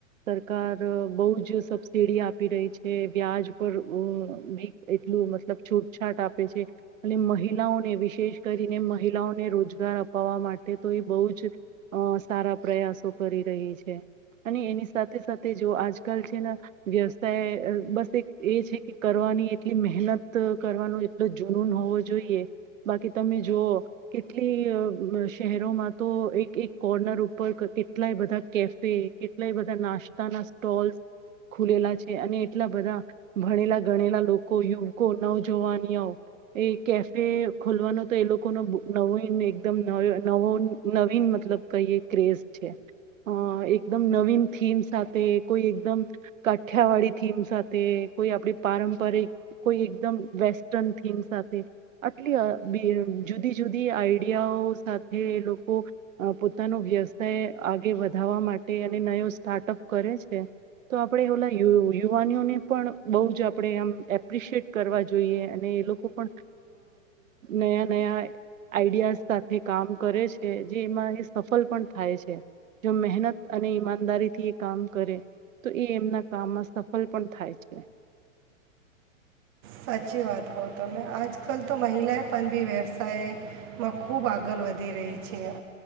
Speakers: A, on the right; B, on the right.
A: સરકાર બોહ જ સબસીિડી આપી રહી છે વ્યાજ પરી એટલું મતલબ છૂટછાટ આપે છે અને મહિલાઓને વિશેષ કરીને મહિલાઓને રોજગાર અપાવવા માટે તો એ બહુ જ સારા પ્રયાસો કરી રહી છે અને એની સાથે સાથે જો આજકાલ છેને વ્યવસાય બસ એક એ છે કે કરવાની એટલી મહેનત કરવાનું એટલો જુનૂન હોવો જોઈએ બાકી તમે જોઓ કેટલી શહેરોમાં તો એક એક કોર્નર ઉપર કેટલાય બધા કેફે કેટલાય બધા નાસ્તાના સ્ટોલ્સ ખુલેલા છે અને એટલા બધા ભણેલા ગણેલા લોકો યુવકો નવજવાનિયા એ કેફે ખોલવાનો તો એ લોકોનો નવ એકદમ નવ નવીન મતલબ કઈ ક્રેઝ છે અ એકદમ નવીન થીમ સાથે કોઈ એકદમ કાઠિયાવાડી થીમ સાથે કોઈ આપડી પારંપરિક કોઈ એકદમ વેસ્ટર્ન થીમ સાથે આટલી બી જુદી જુદી આઈડિયાઓ સાથે લોકો પોતાનો વ્યવસાય આગે વધારવા માટે અને નયો સ્ટાર્ટઅપ કરે છે તો આપણેે ઓલા યુ યુ યુવાનીઓને પણ બહુ જ આપણે આમ એપ્રિશિએટ કરવા જોઈએ અને એ લોકો પણ નયા નયા આઈડિયાઝ સાથે કામ કરે છે જે એમાં એ સફળ પણ થાય છે જો મહેનત અને ઈમાનદારીથી એ કામ કરે તો એ એમના કામમાં સફ ફલ પણ થાય છે
B: સાચી વાત કહ તમે આજકાલ તો મહિલાએ પણ બી વ્યવસાયમાં ખુબ આગળ વધી રહી છે